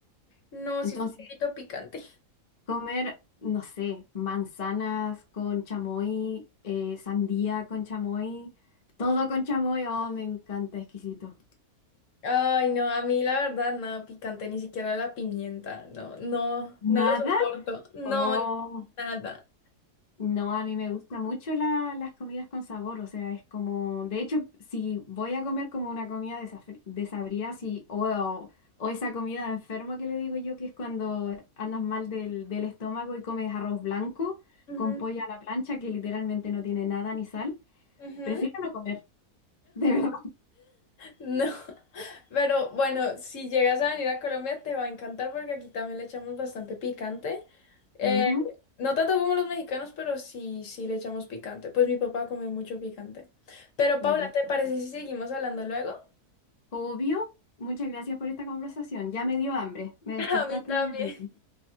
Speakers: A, on the left; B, on the left.
A: No,
B: Entonces,
A: sí es un poquito picante.
B: comer, no sé, manzanas con chamoy, eh, sandía con chamoy, todo con chamoy, oh, me encanta, exquisito.
A: Ay, no, a mí la verdad nada picante, ni siquiera la pimienta. No, no, no
B: ¿Nada?
A: lo soporto. No,
B: oh
A: nada.
B: No, a mí me gusta mucho la- las comidas con sabor, o sea, es como, de hecho, si voy a comer como una comida desafri- desabrida, si, o, o, o esa comida de enfermo que le digo yo, que es cuando andas mal del, del estómago y comes arroz blanco
A: Ujú,
B: con pollo a la plancha, que literalmente no tiene nada ni sal,
A: ujú.
B: prefiero no comer, <laughs> de verdad.
A: No, <laughs> pero bueno, si llegas a venir a Colombia te va a encantar porque aquí también le echamos bastante picante. Eh,
B: Ujú,
A: no tanto como los mexicanos, pero sí, sí le echamos picante. Pues mi papá come mucho picante. Pero
B: qué
A: Paula,
B: rico.
A: ¿te parece si seguimos hablando luego?
B: Obvio, muchas gracias por esta conversación, ya me dio hambre, me despertaste
A: <laughs> A mí también.
B: un apetito.
A: <laughs>